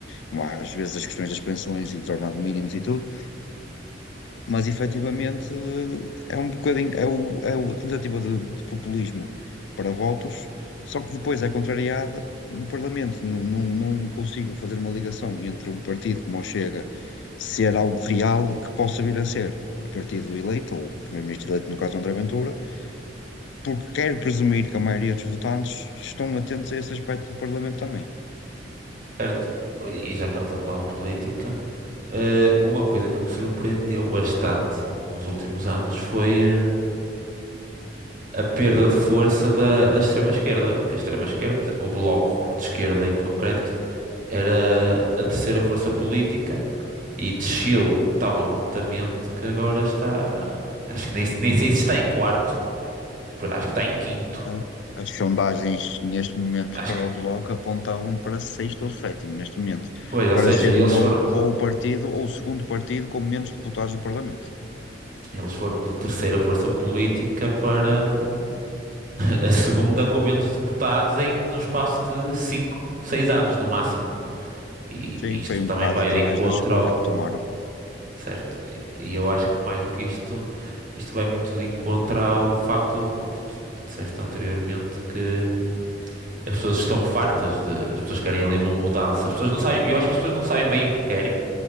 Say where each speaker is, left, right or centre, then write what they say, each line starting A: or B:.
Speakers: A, on the left; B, on the right.
A: como há, às vezes as questões das pensões e dos ordenados mínimos e tudo mas efetivamente eh, é um bocadinho, é, o, é a tentativa de, de populismo para votos, só que depois é contrariada no Parlamento. Não, não, não consigo fazer uma ligação entre um partido como o Chega ser algo real que possa vir a ser o partido eleito, ou o primeiro-ministro eleito, no caso André Ventura, porque quero presumir que a maioria dos votantes estão atentos a esse aspecto do Parlamento também.
B: certo, e já que estamos a falar de política, eh, uma coisa que me surpreendeu bastante nos últimos anos foi eh, a perda de força da, da extrema-esquerda, porque a extrema-esquerda, por exemplo, o Bloco de Esquerda em concreto, era a terceira força política E desceu tão abruptamente que agora está. Acho que nem, nem sei se está em quarto. Acho que está em quinto.
A: Ah, As sondagens neste momento
B: Acho
A: para
B: que.
A: o Bloco apontavam para sexto ou sétimo neste momento,
B: Pois,
A: para
B: ou seja,
A: serem
B: eles
A: ou,
B: foram,
A: ou o partido ou o segundo partido com menos deputados do Parlamento.
B: eles foram de terceira força política para a segunda com menos deputados em num espaço de 5 6 anos no máximo. E
A: Sim,
B: isto
A: foi um
B: também
A: bocado
B: vai
A: através
B: de encontro
A: da escolha
B: ao.
A: que tomaram.
B: Certo? E eu acho que mais do que isto, isto vai muito de encontro ao facto, como tu tu disseste anteriormente, que. As pessoas estão fartas de. As pessoas querem ali uma mudança. As pessoas não sabem. Eu acho que as pessoas não sabem bem o que querem.